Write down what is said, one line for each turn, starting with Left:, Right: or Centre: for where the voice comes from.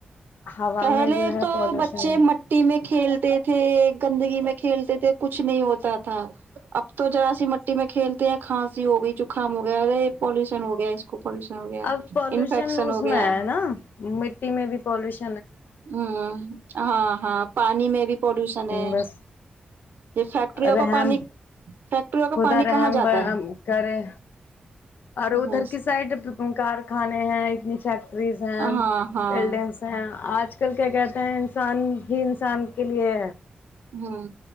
Left: ہوا
Right: پہلے
Left: میں جو ہے
Right: تو
Left: پالوشن
Right: بچے مٹی میں کھیلتے تھے زندگی میں کھیلتے تھے کچھ نہیں ہوتا تھا اب تو جذرا سی مٹی میں کھیلتے ہیں کھانسی ہو گئی جکام ہو گیا رے پالوشن ہو گیا اس کو پولوشن ہو گیا
Left: اب پالوشن
Right: انفیکشن
Left: اس
Right: ہو
Left: میں
Right: گیا
Left: ہے نا مٹی میں بھی پالش
Right: ہ ہاں ہاں پانی میں بھی پالوشن ہے
Left: بس
Right: یہ فیکٹریوں
Left: رحم
Right: کو پانی فیکٹریوں کا
Left: خدا
Right: پانی
Left: رحم
Right: کہاں جاتا ہے
Left: کرے اور ادھر
Right: بس
Left: کی سائڈ کارخانے ہیں اتنی فیکٹریز لڈینس
Right: ہاں ہاں
Left: ہیں آج کل کیا کہ انسان ہی انسان کے لیے
Right: ہوں